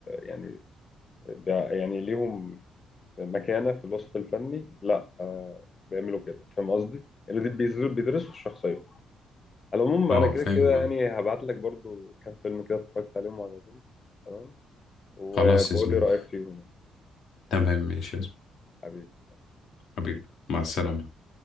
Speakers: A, on the left (about 35°); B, on the left (about 70°).
A: يعني بيع- يعني ليهم مكانة في الوسط الفني لا آه بيعملوا كده فاهم قصدي؟ يعني دي بيزر- بيدرسوا الشخصية على العموم
B: اه
A: أنا كده
B: فاهم
A: كده
B: قصدك.
A: يعني هبعت لك برضو كام فيلم كده اتفرجت عليهم وعجبوني تمام وبقول
B: خلاص يا زميلي
A: لي رأيك فيهم
B: تمام ماشي يا زميلي
A: حبيبي
B: حبيبي مع السلامة